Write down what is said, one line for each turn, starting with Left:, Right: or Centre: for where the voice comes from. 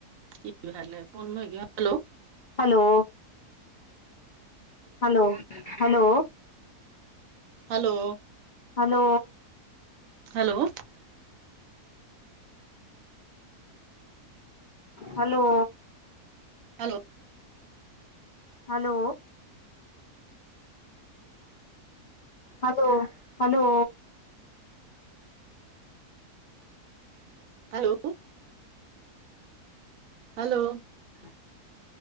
Right: की भै फोन में hello.
Left: Hello. Hello- hello.
Right: Hello.
Left: Hello.
Right: Hello.
Left: Hello.
Right: Hello.
Left: Hello. Hello- hello.
Right: Hello. Hello.
Left: ह